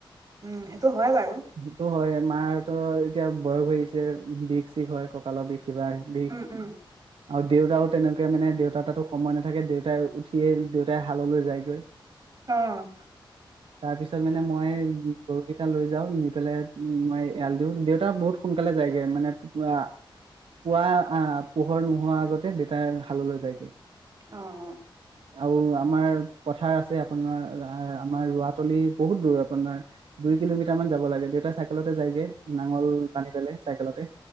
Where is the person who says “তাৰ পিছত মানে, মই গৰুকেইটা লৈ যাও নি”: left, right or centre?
Right